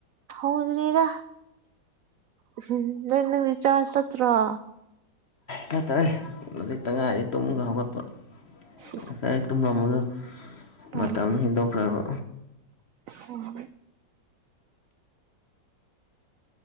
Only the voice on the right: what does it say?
ꯍꯧꯗ꯭ꯔꯤꯗ <unintelligible> ꯆꯥ ꯆꯥꯠꯇꯔꯣ
ꯁꯤꯁ
ꯎꯝ
<unintelligible>